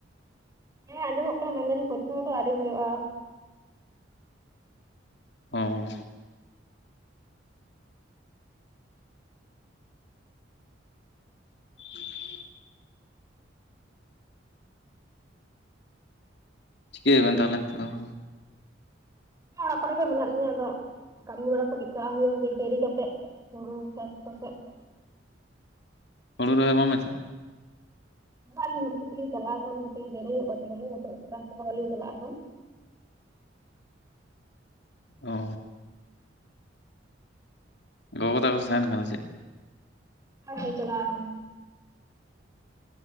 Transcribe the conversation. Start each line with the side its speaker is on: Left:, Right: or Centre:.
Right: ᱦᱮᱸ ᱟᱸᱡᱚᱢᱚᱜ ᱠᱟᱱᱟ ᱢᱮᱱᱫᱟᱞᱤᱧ ᱯᱚᱨᱤᱥᱮᱚᱢᱵᱟ ᱫᱚ ᱟᱹᱣᱨᱤ ᱦᱩᱭᱩᱜᱼᱟ᱾
Left: ᱚ <inaudible> ᱪᱤᱠᱟᱹᱭ ᱫᱟ ᱵᱤᱱ ᱛᱟᱦᱞᱮ ᱱᱤᱛᱚᱜ ᱫᱚ?
Right: ᱚᱲᱟᱜ ᱠᱚᱨᱮ ᱢᱮᱱᱟᱜ ᱞᱤᱧᱟ ᱾ ᱟᱫᱚ ᱠᱟᱹᱢᱤ ᱵᱟᱲᱟ ᱠᱚ ᱪᱮᱫᱠᱟ ᱦᱩᱭᱩᱜᱼᱟ <unintelligible> ᱰᱮᱨᱤ ᱠᱟᱛᱮᱜ ᱦᱩᱲᱩ ᱪᱟᱥ ᱠᱟᱛᱮᱫ ᱾
Left: ᱦᱩᱲᱩ ᱨᱚᱦᱚᱭ ᱵᱟᱝ ᱵᱮᱱ ᱪᱟᱜᱼᱟ?
Right: ᱪᱟᱞᱟᱜ ᱟᱹᱞᱤᱧ <unintelligible> ᱦᱚᱞᱟ ᱠᱷᱟᱱ ᱠᱟᱹᱴᱤᱡ ᱰᱮᱨᱤ ᱧᱚᱜ <unintelligible> ᱱᱤᱛᱚᱜ ᱥᱮᱛᱟᱜ ᱥᱮᱛᱟᱜ ᱵᱟᱹᱞᱤᱧ ᱪᱟᱞᱟᱜᱼᱟ ᱮᱠᱷᱚᱱ ᱾
Left: ᱚᱻ ᱜᱚᱜᱚ ᱛᱟᱠᱚ ᱛᱟᱦᱮᱱ ᱠᱟᱱᱟ ᱪᱮᱫ?
Right: ᱚᱠᱟ ᱥᱮᱫ ᱮ ᱪᱟᱞᱟᱣ ᱟᱠᱟᱱᱟ?